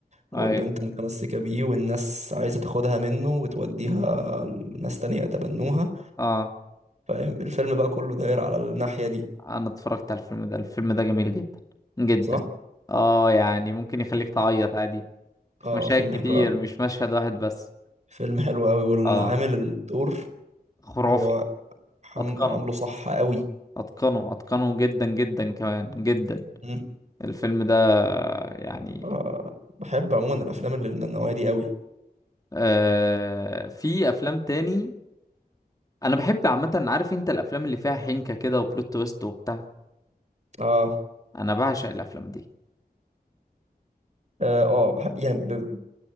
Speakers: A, on the right; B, on the left.
A: والبنت
B: ايوه
A: متمسكة بيه والناس عايزة تاخدها منه وتوديها لناس تانية يتبنوها
B: اه
A: فاهم الفيلم بقى كله داير على الناحية دي
B: انا اتفرجت على الفيلم ده الفيلم ده جميل جدا جدا
A: صح؟
B: اه يعني ممكن يخليك تعيط عادي في
A: اه
B: مشاهد
A: فيلم
B: كتير
A: حلو قوي
B: مش مشهد واحد بس
A: فيلم حلو قوي والعامل
B: اه
A: الدور
B: خرافي
A: هو حم...
B: اتقنه
A: عامله صح قوي
B: اتقنه اتقنه جدا جدا كمان جدا
A: مم.
B: الفيلم ده يعني
A: آه بحب عموما الافلام اللي من النوعيه دي قوي
B: آه في افلام تاني انا بحب عامه عارف انت الافلام اللي فيها حنكه كده وبلوت تويست وبتاع
A: اه
B: انا بعشق الافلام دي
A: اه آه، بحب يعني ب...